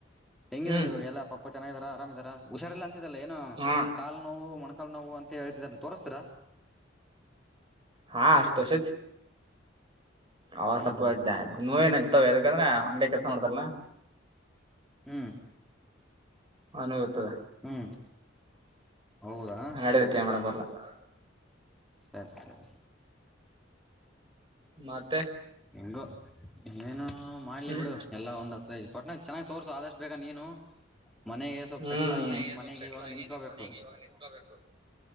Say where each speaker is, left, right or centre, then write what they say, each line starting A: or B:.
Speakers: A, in the centre; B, on the right.
A: ಹೆಂಗಿದಾರ
B: ಹ್ಮ್
A: ಇವಾಗ ಎಲ್ಲ ಪಪ್ಪಾ ಚೆನ್ನಾಗಿದಾರ ಆರಾಮಿದಾರ. ಹುಷಾರಿಲ್ಲ ಅಂತಿದಲ್ಲ ಏನ
B: ಹಾ
A: ಕಾಲು ನೋವು, ಮೊಣಕಾಲ್ ನೋವು ಅಂತ ಹೇಳ್ತಿದಲ್ಲ ತೋಸ್ತಿರಾ.
B: ಹಾ ಅಷ್ಟ ತೋಷತಿ <unintelligible> ಅವಾಗ
A: ಹ್ಮ್
B: ಸೊಪ್ಪು
A: ಹ್ಮ್ ಹ್ಮ್
B: ನೋಏನ ಇರ್ತವ ಎದಕಂದ್ರೆ ಅಂಗಡಗ ಕೆಲ್ಸ ಮಾಡ್ತಾರ
A: ಹ್ಮ್,
B: ಹನ್ ಗತದ
A: ಹ್ಮ್ ಹೌದಾ
B: ನ ನಡದತ್ಯ ಮಾಡ ಬರ್ಲ್ಲ <unintelligible> ಹ <inaudible>
A: ಸರಿ, ಸರಿ-
B: ಮತ್ತೆ,
A: ಇಂದು <inaudible> ಯ <unintelligible> ಏನು ಮಾಡ್ಲಿ
B: ಹ್ಮ್
A: ಬಿಡು ಎಲ್ಲಾ ಒಂದ್ ಹತ್ರ ಒಟ್ನಾಗ ಚೆನ್ನಾಗ್ ತೋರ್ಸು ಆದಷ್ಟ್ ಬೇಗಾನೀನು. ಮನೆಗೆ ಸ್ವಲ್ಪ
B: ಹ್ಮ್
A: ಸೆಟ್ಲ್ ಆಗಿ ನೀನ್ ಮನೆಗೆ
B: ಸ್ವಲ್ಪ ಸೆಟ್ಲ್
A: ಇವಾಗ
B: ಆಗಿ
A: ನಿಂತ್ಕೋಬೇಕು.
B: ನಿನ್ ಮನೆಗೆ ಇವಾಗ ನಿಂತ್ಕೋಬೇಕು